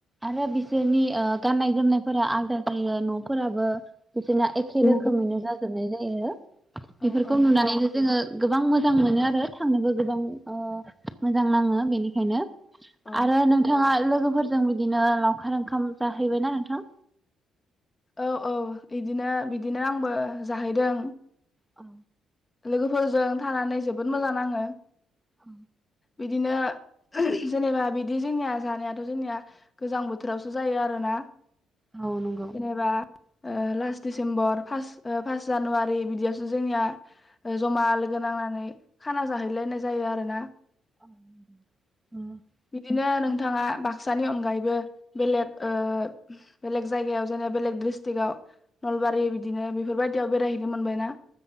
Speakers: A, in the centre; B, on the left (about 25°).
A: आरो बिसोरनि ओ गाननाय जोमनायफोरा आलदा जायो न'फोराबो बिसोरना एखे
B: औ
A: रोखोमैनो जाजोबनाय जायो।
B: औ
A: बेफोरखौ नुनानैनो जोङो गोबां मोजां मोनो आरो थांनोबो गोबां ओ मोजां नाङो बेनिखायनो।
B: औ
A: आरो नोंथाङा लो‌ लोगोफोर जों बिदिनो लावखार ओंखाम जाहैबायना नोंथां?
B: औ औ बिदिनो बिदिनो आंबो जाहैदों।
A: औ
B: लोगोफोरजों थानानै जोबोद मोजां नाङो।
A: औ
B: बिदिनो जेनेबा बिदि जोंनिया जानायाथ' जोंनिया गोजां बोथोरावसो जायो आरोना।
A: औ नंगौ।
B: जेनेबा ओ last December first first January बिदियावसो जोंनिया जमा लोगो नांनानै खाना जाहैलायनाय जायो आरो ना
A: <unintelligible>
B: बिदिनो नोंथाङा बाक्सानि अनगायैबो बेलेग ओ बेलेग जायगायाव जेनेबा बेलेग डिस्ट्रिकआव नलबारि बिदिनो बेफोरबायदियाव बेरायहैनो मोनबायना?